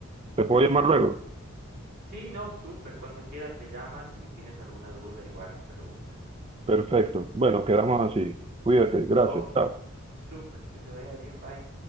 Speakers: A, on the right (about 25°); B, on the right (about 45°).
A: ¿Te puedo llamar luego?
B: Sí, no, súper, cuando quieras me llamas y si tienes alguna duda igual me preguntas.
A: Perfecto. Bueno, quedamos así. Cuídate. Gracias.
B: Ok,
A: Chao.
B: súper, que te vaya bien, bye.